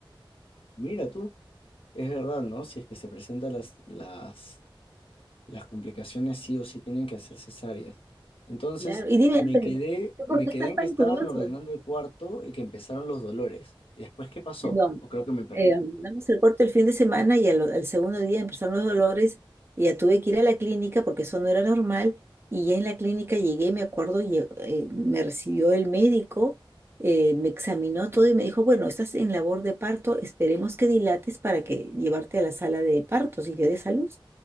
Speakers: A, on the left; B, on the right.
A: Mira tú, es verdad, ¿no? Si es que se presentan las, las, las complicaciones, sí o sí tienen que hacer cesáreas. Entonces,
B: Claro. Y dime,
A: me
B: Ángel,
A: quedé,
B: ¿tú
A: me
B: por qué
A: quedé
B: estás
A: en
B: tan
A: que estaban
B: curioso?
A: ordenando el cuarto y que empezaron los dolores. ¿Y después qué pasó?
B: No.
A: O creo que me perdí.
B: eh, damos el corte el fin de semana y al, al segundo día empezaron los dolores y ya tuve que ir a la clínica porque eso no era normal y ya en la clínica llegué, me acuerdo, lle- eh, me recibió el médico, eh, me examinó todo y me dijo, bueno, estás en labor de parto, esperemos que dilates para que llevarte a la sala de partos y que des a luz,